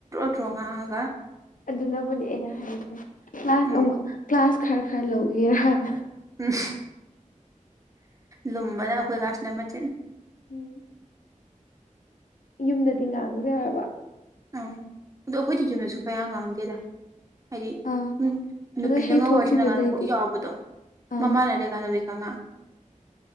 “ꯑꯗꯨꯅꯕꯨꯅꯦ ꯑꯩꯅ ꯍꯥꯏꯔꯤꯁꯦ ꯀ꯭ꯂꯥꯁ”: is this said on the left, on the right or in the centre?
Left